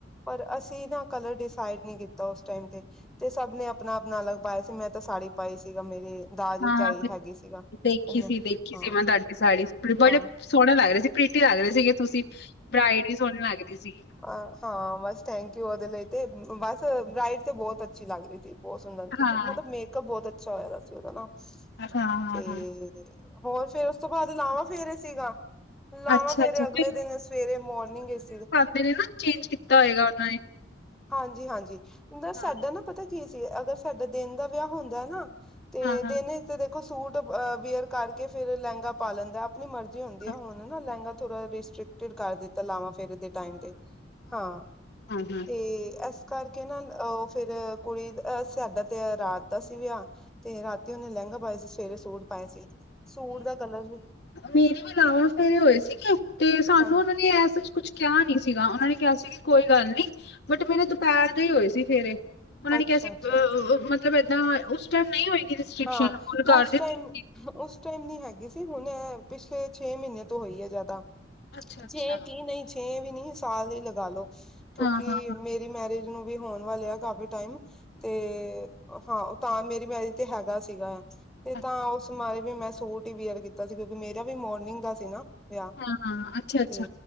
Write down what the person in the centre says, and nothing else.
ਪਰ ਅਸੀਂ ਨਾ ਕਲਰ ਡੀਸਾਈਡ ਨਈ ਕੀਤਾ ਓਸ ਟਾਈਮ ਤੇ ਤੇ ਸਭ ਨੇ ਅਪਣਾ-ਅਪਣਾ ਅਲੱਗ ਪਾਯਾ ਸੀ ਮੈਂ ਤੇ ਸਾੜੀ ਪਾਈ ਸੀਗਾ ਮੇਰੇ ਦਾਜ
ਵੇਚ
ਆਈ
ਹੈਗੀ ਸੀਗਾ ਤੇ
ਮੈਂ,
ਹਾਂ
ਹਾਂ
ਅ ਹਾਂ ਵੰਸ਼ ਟੇ ਕੀਉ ਓਦੇ ਲਈ ਤੇ ਬਸ ਬਰਾਈਡ ਤੇ ਬੋਤ ਅੱਛੀ ਲੱਗਰੀ ਤੀ ਬੋਤ ਸੁੰਦਰ
ਮਤਲਬ ਮੇ ਕਪ ਬੋਤ ਅੱਛਾ ਹੋਇਆ ਓਦਾ ਨਾ,
ਤੇ
ਹੋਰ ਫੇਰ ਓਸ ਤੋਂ ਬਾਦ ਲਾਵਾਂ ਫੇਰ ਸੀਗਾ ਲਾਵਾਂ
ਫੇਰੇ
ਅਗਲੇ ਦੇਨ ਸਵੇਰੇ ਮੋਰਨਿੰਗ ਐਚ ਸੀਗੇ।
ਹਾਂਜੀ-ਹਾਂਜੀ ਬ
ਸਾਡਾ ਨਾ ਪਤਾ ਕੀ ਸੀ ਅਗਰ ਸਾਡਾ ਦੇਨ ਦਾ ਵੇਆ ਹੁੰਦਾ ਨਾ ਤੇ
ਦੇਨ ਚ ਤੇ ਦੇਖੋ ਸੂਟ ਅ ਵੇਅਰ ਕਰਕੇ ਫੇਰ ਲੇੰਗਾ ਪਾ ਲੈਂਦਾ ਅਪਣੀ ਮਰਜ਼ੀ ਹੁੰਦੀਆਂ
ਹੁਣ ਨਾ ਲੇਂਗਾ ਥੋੜ੍ਹਾ ਰਿਸਟ੍ਰਿਕਟ ਤੇੜ ਕਰ ਦਿੱਤਾ ਲਾਵਾਂ ਫੇਰੇ ਦੇ ਟਾਈਮ ਤੇ, ਹਾਂ
ਤੇ ਐਸ ਕਰਕੇ ਨਾ ਓ ਫੇਰ ਕੁੜੀ ਅ ਸਾਡਾ ਤੇ ਅ ਰਾਤ ਦਾ ਸੀ ਵੇਆ ਤੇ ਰਾਤੀ ਓਨੇ ਲੈਂਗਾ ਪਾਏਆ ਸੀ ਸਵੇਰੇ ਸੂਟ ਪਾਏ ਸੀ, ਸੂਟ ਦਾ ਕਲਰ ਵੀ
ਹਾਂਜੀ
ਅੱਛਾ-ਅੱਛਾ
ਹਾਂ
ਉਸ
ਟਾਈਮ ਉਸ ਟਾਈਮ ਨੀ ਹੈਗੀ ਸੀ ਹੁਨ ਪਿਛਲੇ ਛੇ ਮੀਨੇਆ ਤੋਂ ਹੋਈ ਏ ਜ਼ਾਦਾ
ਛੇ ਕੀ ਨਈ ਛੇ ਵੀ ਨੀ ਸਾਲ ਈ ਲਗਾਲੋ, ਕਿਉਂਕੀ
ਮੇ ਰੀ ਮੈਰੀਜ ਨੂੰ ਵੀ ਹੋਣ ਵਾਲੇ ਆ ਕਾਫੀ ਟਾਈਮ, ਤੇ ਹਾਂ ਤਾਂ ਮੇਰੀ ਮੈਰਿਜ ਤੇ ਹੈਗਾ ਸੀਗਾ ਤੇ
ਤਾਂ ਉਸ ਬਾਰੇ ਵੀ ਮੈਂ ਸੂਟ ਈ ਬੀਅਰ ਕੀਤਾ। ਸੀ ਕਿਉਂਕਿ ਮੇਰਾ ਵੀ ਮੋਰਨਿੰੰਗ ਦਾ ਸੀ ਨਾ ਵਿਆਹ
ਤੇ